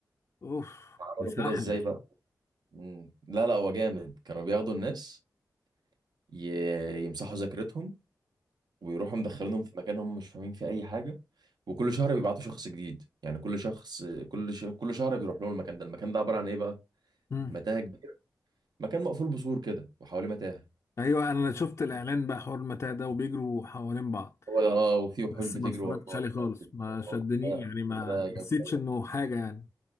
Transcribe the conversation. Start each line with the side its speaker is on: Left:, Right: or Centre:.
Left: اوف
Right: عملوا
Left: ده سحله
Right: كده ازاي بقى مم. لا لا هو جامد كانوا بياخدوا الناس ي- يمسحوا ذاكرتهم ويروحوا مدخلينهم في مكان هم مش فاهمين فيه اي حاجه وكل شهر بيبعتوا شخص جديد يعني كل شخص كل ش... كل شهر بيروح لهم المكان ده المكان ده عباره عن ايه بقى
Left: مم.
Right: متاهه كبيره مكان مقفول بسور كده وحواليه متاهه
Left: ايوه انا شفت الاعلان بقى حوار المتاع ده وبيجروا حوالين بعض
Right: هو ده اه وفي وحوش
Left: بس
Right: بتجري
Left: ما اتفرجتش
Right: وراهم
Left: عليه
Right: وناس
Left: خالص
Right: بتجري
Left: ما
Right: وراهم.
Left: شدني
Right: آه،
Left: يعني ما
Right: الفيلم ده جامد
Left: حسيتش
Right: أوي.
Left: انه حاجه